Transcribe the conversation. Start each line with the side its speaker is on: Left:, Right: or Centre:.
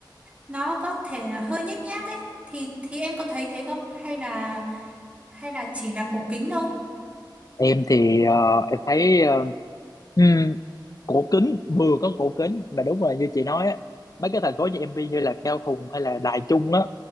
Right: nó có thể là hơi nhếch nhác ấy thì thì em có thấy thế không hay là hay là chỉ là cổ kính thôi
Left: em thì ờ, em thấy ờ, ừ, cổ kính vừa có cổ kính mà đúng rồi như chị nói á mấy cái thành phố như MB như là Cao Hùng hay là Đài Trung á